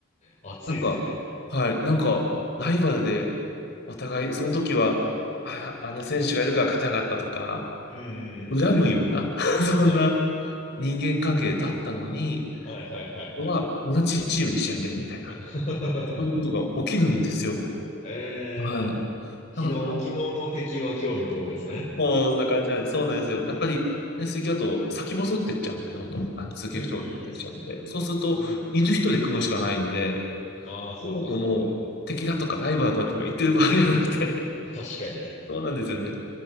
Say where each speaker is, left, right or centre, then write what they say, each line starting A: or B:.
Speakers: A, on the left; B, on the left.
A: 暑いですね。
B: なんか、はい、なんか、ライバルで、お互い、その時は、あ、あの選手がいるから勝てなかったとか、
A: うんうんうん
B: 恨むような、<laughs> そんな
A: うん。はい。
B: 人間関係だったのに、
A: はいはいはいはい。
B: ここは同じチームで試合に出るみたいな、
A: <laughs>
B: そういうことが起きるんですよ。
A: え
B: はい。
A: ー、
B: なんか、
A: 昨日、昨日の敵は今日の友ですね。
B: もうそんな感じなんで、そうなんですよ。
A: はい。
B: やっぱり、ね、水球だと先細ってっちゃうので、どんどんあの続ける人が出てきちゃって。
A: うんう
B: そうすると、
A: んうんうんうん。うん
B: いる人で組むしかないので、
A: ああ、そうか、
B: もうともう敵だとかライバルだとか言ってる場合じゃなくて、
A: そうか。<laughs> 確かに。
B: <laughs> そうなんですよね。